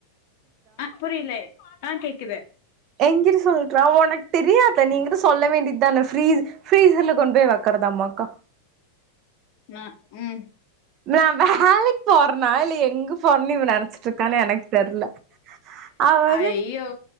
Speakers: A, on the left; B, on the right.
A: அ புரியல்லே ஆ கேக்குது
B: எங்கிரு சொல்றா உனக்கு தெரியாத நீங்கதா சொல்ல வேண்டியதான ஃப்ரீஸ் ஃப்ரீசர்ல கொண்டு போய் வைக்கறதாம்மா அக்கா
A: நா ம்
B: நா வேலைக் போறனா இல்ல எங்க போறன்னு இவ நெனச்சிட்டு இருக்கான்னு எனக்கு தெர்ல அவ வந்து
A: ஐயோ